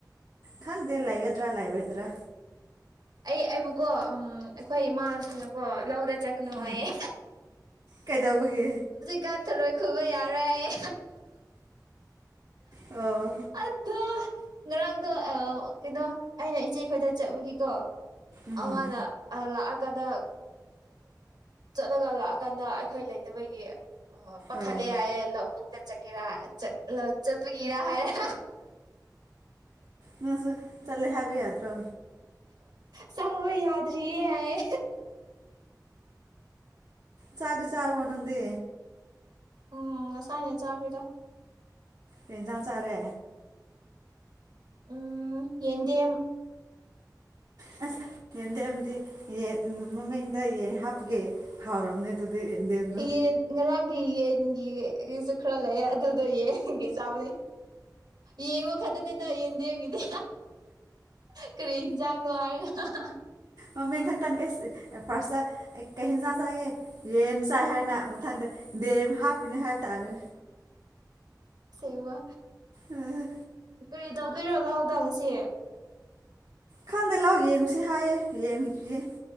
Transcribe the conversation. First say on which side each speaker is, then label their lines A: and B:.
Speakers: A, on the right (about 60°); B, on the right (about 85°).
A: ꯈꯪꯗꯦ ꯂꯩꯒꯗ꯭ꯔꯥ ꯂꯩꯥꯔꯣꯏꯗ꯭ꯔꯥ
B: ꯑꯩ ꯑꯩꯕꯨꯀꯣ ꯎ ꯑꯩꯈꯣꯏ ꯏꯃꯥꯁꯤꯅꯀꯣ ꯂꯧꯗ ꯆꯠꯀꯅꯨ ꯍꯥꯏꯌꯦ
A: ꯑ ꯀꯩꯗꯧꯕꯒꯤ
B: ꯀꯥ ꯊꯔꯣꯏ ꯈꯨꯟꯕ ꯌꯥꯔꯣꯏ ꯍꯥꯏꯌꯦ
A: ꯑꯣ
B: ꯑ ꯉꯔꯥꯡꯗꯣ ꯀꯩꯅꯣ ꯑꯩꯅ ꯏꯆꯦꯈꯣꯏꯗ ꯆꯠꯕꯒꯤꯀꯣ
A: ꯎꯝ
B: ꯑꯃꯅ ꯂꯥꯛꯑꯀꯥꯟꯗ ꯆꯠꯂꯒ ꯂꯥꯛꯑꯀꯥꯟꯗ ꯑꯩꯈꯣꯏ ꯂꯩꯇꯕꯒꯤ ꯄꯥꯈꯠꯂꯦ
A: ꯑꯣ
B: ꯌꯥꯏꯌꯦ ꯂꯧ ꯄꯨꯨꯛꯇ ꯆꯠꯀꯦꯔꯥ ꯆꯠꯄꯒꯤꯔꯥ ꯍꯥꯏꯔꯥ
A: ꯅꯪꯁꯨ ꯆꯠꯂꯦ ꯍꯥꯏꯕ ꯌꯥꯗ꯭ꯔꯣ
B: ꯆꯪꯕ ꯌꯥꯗꯔꯤꯌꯦ ꯍꯥꯏꯌꯦ
A: ꯆꯥꯛꯗꯨ ꯆꯥꯔꯕꯣ ꯅꯪꯗꯤ
B: ꯑꯣ ꯉꯁꯥꯏꯅ ꯆꯥꯈ꯭ꯔꯦꯗ
A: ꯀꯩ ꯏꯟꯁꯥꯡ ꯆꯥꯔꯦ
B: ꯎꯝ ꯌꯦꯟꯗꯦꯝ
A: ꯑꯁ ꯌꯦꯟꯗꯦꯝꯗꯤ ꯌꯦꯟ ꯃꯃꯤꯡꯗ ꯌꯦꯟ ꯍꯥꯞꯄꯒꯦ ꯍꯥꯎꯔꯝꯅꯦ ꯑꯗꯨꯗꯤ ꯌꯦꯟꯗꯦꯝꯗꯣ
B: ꯌꯦꯟ ꯉꯔꯥꯡꯒꯤ ꯌꯦꯟ ꯕꯨꯒꯤ ꯏꯁꯨ ꯈꯔ ꯂꯩꯌꯦ ꯑꯗꯨꯗꯣ ꯌꯦꯟꯒꯤ ꯆꯥꯕꯅꯤ ꯌꯦꯡꯉꯣ ꯈꯇꯥꯅꯤꯗ ꯌꯦꯟꯗꯦꯝꯒꯤꯗꯤ ꯀꯔꯤ ꯍꯤꯟꯖꯥꯡꯅꯣ ꯍꯥꯏꯔꯒ
A: ꯃꯃꯤꯡ ꯈꯛꯇꯪ ꯏꯁ ꯑꯦ ꯄꯥꯔꯁꯇꯥ ꯑꯩ ꯀꯩ ꯖꯦꯟꯖꯥꯡ ꯆꯥꯒꯦ ꯌꯦꯟ ꯆꯥꯏ ꯍꯥꯏꯅ ꯃꯊꯪꯗ ꯗꯦꯝ ꯍꯥꯞꯄꯤꯅꯦ ꯍꯥꯏꯕ ꯇꯥꯔꯦ
B: ꯁꯦꯡꯕꯥ
A: ꯑꯥ
B: ꯀꯔꯤ ꯇꯧꯗꯣꯏꯔꯣ ꯂꯧꯗꯣ ꯉꯁꯤ
A: ꯈꯪꯗꯦ ꯂꯥꯎ ꯌꯦꯡꯉꯨꯁꯤ ꯍꯥꯏꯌꯦ ꯌꯦꯡꯉꯨꯈꯤꯒꯦ